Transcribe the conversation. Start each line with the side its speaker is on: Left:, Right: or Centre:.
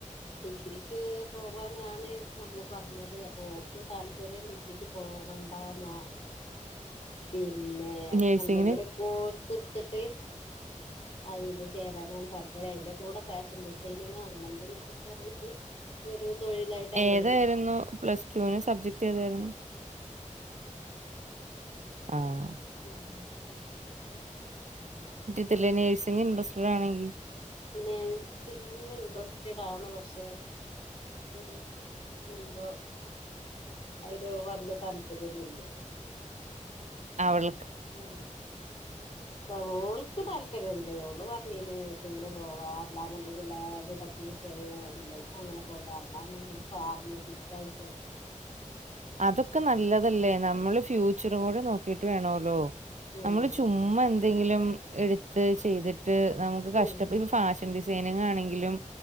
Left: ഡിഗ്രിക്ക് പോവാനാണ് നമ്മള് പറഞ്ഞത് അപ്പൊ ഓക്ക് താല്പര്യം ഡിഗ്രിക്ക് പോവാ പോവണ്ടാന്നാ ഡി പിന്നെ
Right: നഴ്സിങ്ങിന്
Left: എന്തെങ്കിലും കോഴ്സ് എടുത്തിട്ട് അയില് ചേരാനാണ് തല്പര അതിന്റെ കൂടെ ഫാഷൻ ഡിസൈനിങ് അങ്ങനെ എന്തെങ്കിലുമൊക്കായാ യിട്ട് ഒരു തൊഴിലായിട്ട് അങ്ങനെയും
Right: ഏതായിരുന്നു പ്ലസ് ടുവിന് സബ്ജക്ട് ഏതായിരുന്നു ആഹ്
Left: ഉ
Right: ല്ലേ നഴ്സിങ് ഇന്റെരെസ്റ്റിൽ ആണെങ്കിൽ
Left: നേഴ്സിങ് ഇന്ട്രസ്റ്റഡ് ആണ് പക്ഷെ അതൊരു എന്തോ അതിന് വല്ല താല്പര്യൊന്നുമില്ല
Right: അവൾ
Left: ഉ ആ ഓൾക്ക് താല്പര്യം ഒണ്ടോ ഓളു പറഞ്ഞു മീനെ നഴ്സിങ്ങിന് പോവാം അല്ലാ ന്നുണ്ടെങ്കിൽ ലാബെ ടെക്നീഷ്യൻ എന്തെ അങ്ങനെ പോവാ അല്ലാതെന്തിനെ പിന്നെ ഫർമസിസ്റ്റായിട്ടേ
Right: അതൊക്കെ നല്ലതല്ലേ നമ്മള് ഫ്യൂച്ചറും കൂടി നോക്കീട്ട് വേണല്ലോ
Left: ഉം
Right: നമ്മള് ചുമ്മാ എന്തെങ്കിലും എടുത്ത് ചെയ്തിട്ട് തെ നമുക്കെ
Left: ഉം
Right: കഷ്ട്ടത്തിൽ ഫാഷൻ ഡിസൈനിങ് ആണെങ്കിലും